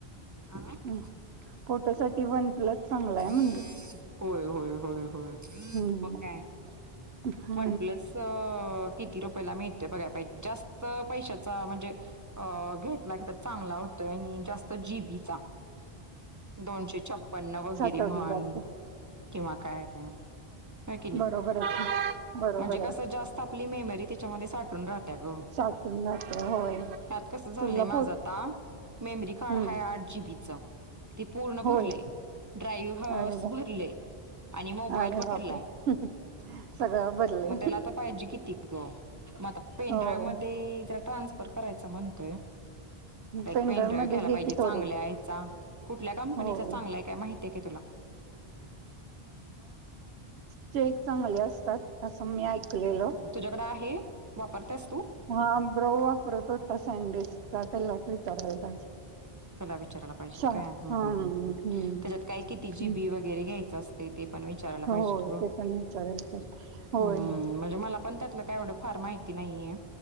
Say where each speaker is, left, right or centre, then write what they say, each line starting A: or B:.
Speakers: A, on the right; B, on the right.
A: आ
B: ह फोटो साठी वन प्लस चांगलाय
A: होय
B: म्हणलं
A: होय होय होय
B: हम्म
A: मग काय
B: हा
A: वन प्लस किती रुपयाला मिळते बघायला पाहिजे जास्त पैशाचा म्हणजे घेतला क चांगला होतोय आणि जास्त जीबीचा दोनशे छप्पन्न वगैरे
B: तघ
A: म्हण
B: जात
A: किंवा काय व्हय कणी
B: बरोबर आहे की बरोबर
A: म्हणजे
B: आहे
A: कस जात आपली मेमरी त्याच्यामध्ये साठून राहत ग
B: साठून जाते होय
A: ह्यात कस झालंय
B: तुला
A: माझं
B: फोट
A: आता मेमरी कार्ड
B: हम्म
A: हाय आठ जीबीच ते पूर्ण भरलंय
B: होय
A: ड्राईव्ह हास
B: अरे वा
A: भरले आणि मोबाईल
B: अरे
A: भरलाय
B: बापरे सगळं बदले
A: मग त्याला आता पाहिजे किती ग मग आता पेनड्राईव्ह
B: होय
A: मध्ये जरा ट्रान्सफर करायचां म्हणत
B: पेनड्राईव्ह
A: पेन ड्राईव
B: मध्ये
A: घ्यायला
B: घे
A: पाहिजे
B: की
A: चांगल्या
B: थोडी
A: ह्याचा कुठल्या कंपनीचा
B: होय
A: चांगलाय काय माहिती तेक तुला
B: जचे एक चांगले असतात असं मी ऐकलेल
A: तुला तुझ्याकडे आहे वापरतेस तू
B: हा ब्रो वापरत होता सँडविच चा लटरीचारयला पाहिजे
A: तेला विचारायला पाहिजेल
B: शा
A: काय ह्
B: हम्म हम्म
A: त्याच्यात काय किती जीबी
B: हम्म
A: वगैरे घ्यायचं असतय ते पण विचारायला
B: हो
A: पाहिजे ग
B: ते पण विचारायला पाहिजे. होय
A: म्हणजे मला पण त्यात काय एवढं फार माहिती नाहीये